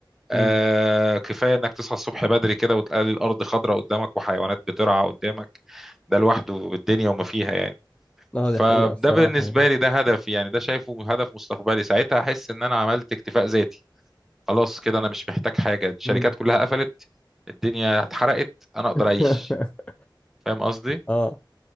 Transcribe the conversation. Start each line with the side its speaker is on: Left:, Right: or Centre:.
Centre: آه
Left: امم
Centre: كفايه انك تصحى الصبح بدري كده وتلاقي الارض خضراء قدامك وحيوانات بترعى قدامك ده لوحده الدنيا وما فيها يعني
Left: اه
Centre: فده
Left: دي حقيقة الصراحة
Centre: بالنسبه
Left: يعني
Centre: لي ده هدف يعني ده شايفه هدف مستقبلي ساعتها احس ان انا عملت اكتفاء ذاتي خلاص كده انا مش محتاج حاجه الشركات
Left: امم
Centre: كلها قفلت الدنيا اتحرقت انا اقدر
Left: <laughs>
Centre: اعيش فاهم قصدي
Left: اه